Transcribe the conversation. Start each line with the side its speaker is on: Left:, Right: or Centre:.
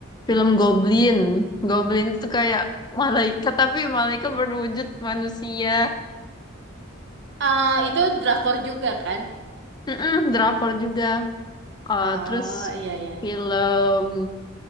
Left: Film Goblin. Goblin itu kayak malaikat tapi malaikat berwujud manusia.
Right: Eh, itu drakor juga kan?
Left: Mm-mm, drakor juga. Eh,
Right: Oh
Left: terus
Right: iya iya.
Left: film